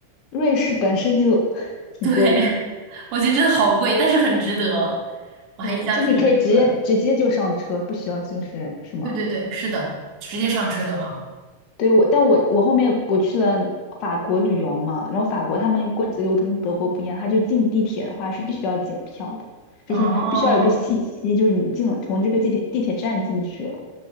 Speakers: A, on the left; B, on the right.
A: 瑞士本身就 <laughs> 挺贵的，
B: 对，<laughs> 我觉得真的好贵，但是很值得，我还印象挺深刻的。
A: 对，就是你可以直接直接就上车，不需要就是什么
B: 对对对，是的，直接上车就好。
A: 对我，但我我后面我去了法国旅游嘛，然后法国他们规则又跟德国不一样，他就进地铁的话是必须要检票的，
B: 哦，
A: 就是必须要有一个信息，就是你进了从这个地铁地铁站进去了，